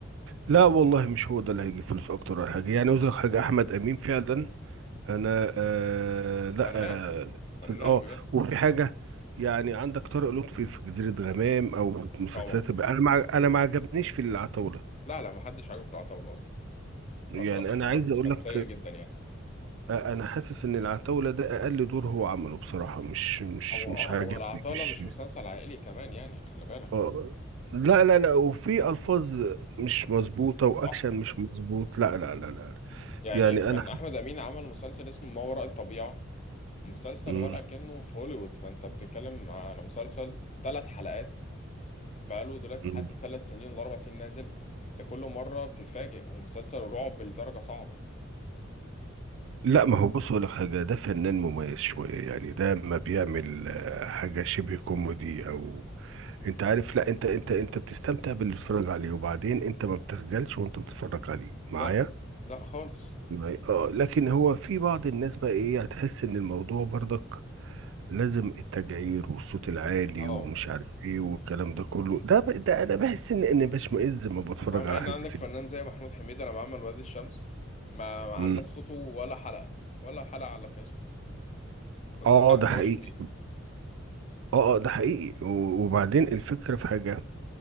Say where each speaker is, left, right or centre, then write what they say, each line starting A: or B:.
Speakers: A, on the right; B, on the left.
A: لا والله مش هو ده اللي هيجيب فلوس اكتر ولا حاجه يعني عاوز لك حاجه احمد امين فعلا انا آه لا
B: فنان
A: اه
B: فنان
A: آه،
B: بجد
A: وفي حاجه يعني عندك طارق لطفي في جزيره غمام او في مسلسلات
B: طبعا
A: الب- انا مع انا ما عجبنيش في العتاوله
B: لا لا ما حدش عاجبه في العتاوله اصلا
A: يعني
B: العتاوله
A: انا
B: كان
A: عايز
B: وحش
A: اقول
B: كان
A: لك
B: سيء جدا يعني
A: آه، انا حاسس ان العتاوله ده اقل دور هو عمله بصراحه مش مش
B: هو
A: مش
B: اه
A: عاجبني
B: هو العتاوله
A: مش
B: مش مسلسل عائلي كمان يعني خلي بالك
A: اه لا لا لا وفي الفاظ مش مظبوطه واكشن
B: صح
A: مش مظبوط لا لا لا لا لا.
B: يعني
A: يعني
B: كان
A: انا
B: احمد امين عمل مسلسل اسمه ما وراء الطبيعه مسلسل
A: مم.
B: ولا كأنه في هوليوود فانت بتتكلم على مسلسل ثلاث حلقات بقاله دلوقتي
A: مم.
B: لحد ثلاث سنين ولا اربع سنين نازل انت كل مره بتتفاجئ ومسلسل رعب لدرجه صعبه
A: لا ما هو بص اقول لك حاجه ده فنان مميز شويه يعني ده ما بيعمل آه، حاجه شبه كوميدي او انت عارف لا انت انت انت بتستمتع باللي بتتفرج عليه وبعدين انت ما بتخجلش وانت بتتفرج عليه معايا
B: لا لا خالص
A: معايا اه لكن هو في بعض الناس بقى ايه هتحس ان الموضوع برضك لازم التجعير والصوت العالي
B: اه
A: ومش عارف ايه والكلام ده كله ده ب... ده انا بحس ان اني بشمئز لما بتفرج
B: اما مع
A: على
B: ان
A: حاجه
B: عندك
A: زي
B: فنان
A: دي
B: زي محمود حميده لما عمل وادي الشمس ما ما علاش
A: امم
B: صوته ولا حلقه ولا حلقه على فيها صوته بس
A: اه
B: انت عارف
A: ده
B: اللي
A: حقيقي
B: هو شرير
A: اه اه ده حقيقي و- وبعدين الفكره في حاجه